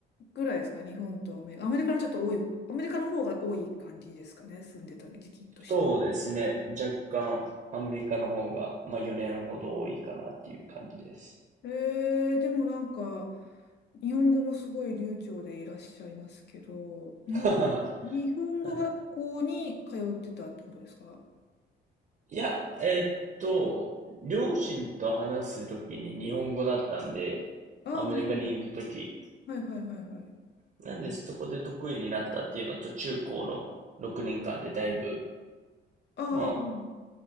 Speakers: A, on the left; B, on the right.
A: ぐらいですか、日本とアメリカ。アメリカのちょっと多い、アメリカの方が多い感じですかね、住んでた時期として。
B: そうですね、若干アメリカの方が、まあ4年ほど多いかなっていう感じです。
A: えー、でもなんか、日本語もすごい流暢でいらっしゃいますけど、に、
B: <laughs> は
A: 日本語学校に通ってたってことですか
B: い。いや、えーっと、両親と話すときに日本語だったんで、
A: ああ
B: アメリカにいるとき。
A: はいはいはいはいはい。
B: なんでそこで得意になったっていうのと、中高の6年間でだいぶ、
A: ああ、
B: まあ、